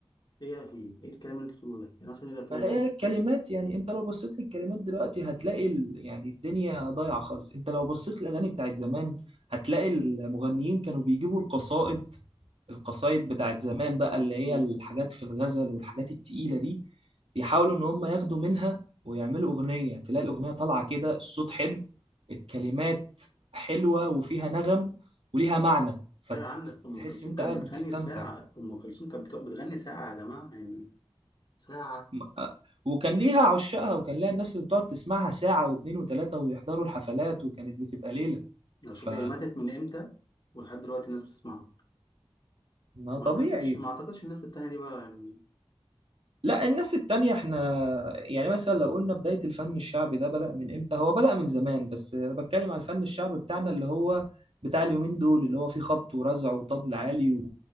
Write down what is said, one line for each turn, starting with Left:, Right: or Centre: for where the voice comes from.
Left: إيه يا أخي إيه الكلام اللي أنت بتقوله ده؟ يعني مثلا يقول لك إيه
Right: ما هي كلمات يعني انت لو بصيت للكلمات دلوقتي هتلاقي ال... يعني الدنيا ضايعة خالص انت لو بصيت للاغاني بتاعت زمان هتلاقي المغنيين كانوا بيجيبوا القصائد القصائد بتاعت زمان بقى اللي هي
Left: يلا
Right: الحاجات في الغزل والحاجات التقيلة دي يحاولوا ان هم ياخدوا منها ويعملوا اغنية تلاقي الاغنية طالعة كده الصوت حلو الكلمات حلوة وفيها نغم وليها معنى
Left: لا عندك أم
Right: فتحس
Left: كلثوم
Right: انت
Left: كانت
Right: قاعد
Left: بتغني
Right: بتستمتع
Left: ساعة أم كلثوم كانت بتق- بتغني ساعة يا جماعة يعني ساعة
Right: م- آه، وكان ليها عشاقها وكان ليها الناس اللي بتقعد تسمعها ساعة واتنين وتلاتة ويحضروا الحفلات وكانت بتبقى ليلة
Left: لو
Right: ف
Left: شوف هي ماتت من إمتى ولحد دلوقتي الناس بتسمعها
Right: ما
Left: ما
Right: طبيعي
Left: أعتقدش ما أعتقدش الناس التانية دي بقى يعني
Right: لا الناس التانية احنا يعني مثلا لو قلنا بداية الفن الشعبي ده بدأ من امتى هو بدأ من زمان بس انا بتكلم على الفن الشعبي بتاعنا اللي هو بتاع اليومين دول اللي هو فيه خبط ورزع وطبل عالي و...